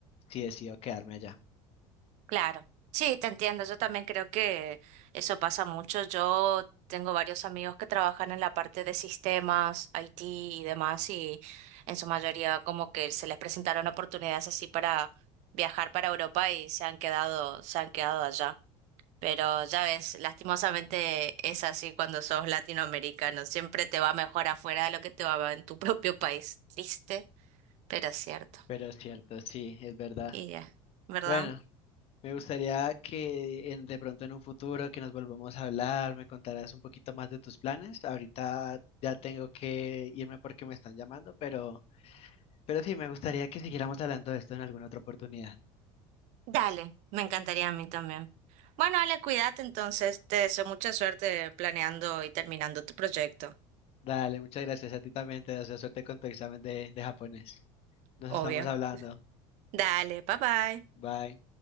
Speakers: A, on the left (about 50°); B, on the right (about 65°).
A: si decido quedarme allá.
B: Claro, sí, te entiendo. Yo también creo que eso pasa mucho. Yo tengo varios amigos que trabajan en la parte de sistemas, IT y demás, y en su mayoría como que se les presentaron oportunidades así para viajar para Europa y se han quedado, se han quedado allá. Pero ya ves, lastimosamente es así cuando sos latinoamericano. Siempre te va mejor afuera de lo que te va en tu <laughs> propio país. Triste, pero cierto.
A: Pero es cierto, sí, es verdad.
B: Y ya, ¿verdad?
A: Bueno, me gustaría que en- de pronto en un futuro que nos volvamos a hablar, me contarás un poquito más de tus planes. Ahorita ya tengo que irme porque me están llamando, pero, pero sí, me gustaría que siguiéramos hablando de esto en alguna otra oportunidad.
B: Dale, me encantaría a mí también. Bueno, Ale, cuídate entonces. Te deseo mucha suerte planeando y terminando tu proyecto,
A: Dale, muchas gracias a ti también, te deseo suerte con tu examen de, de japonés. Nos
B: obvio.
A: estamos hablando.
B: Dale, bye bye.
A: Bye.